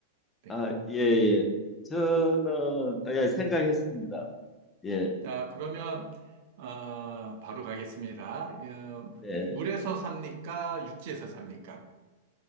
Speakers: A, on the right; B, on the left.
A: 네.
B: 아, 예, 예. 저는 아, 예, 생각했습니다. 예,
A: 자, 그러면, 어, 바로 가겠습니다. 어,
B: 네,
A: 물에서
B: 예.
A: 삽니까? 육지에서 삽니까?